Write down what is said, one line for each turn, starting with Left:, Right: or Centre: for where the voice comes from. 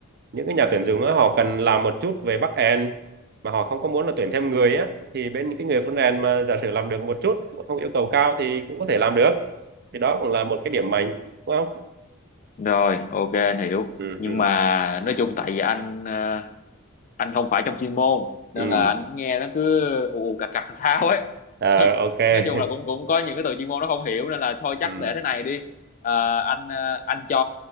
Right: những cái nhà tuyển dụng á, họ cần làm một chút về backend mà họ không có muốn là tuyển thêm người á thì bên những cái người frontend mà giả sử làm được một chút không yêu cầu cao thì cũng có thể làm được thì đó cũng là một cái điểm mạnh đúng không
Left: Rồi, ok, anh hiểu.
Right: ừ
Left: Nhưng
Right: ừ
Left: mà nói chung tại vì anh ờ, anh không phải trong chuyên môn nên
Right: ừ
Left: là anh nghe nó cứ ù ù cặc cặc làm sao ấy.
Right: à,
Left: <laughs>
Right: ok <laughs>
Left: Nói chung là cũng cũng có những cái từ chuyên môn nó không hiểu nên là thôi chắc
Right: ừ
Left: để thế này đi. Ờ, anh ờ, anh cho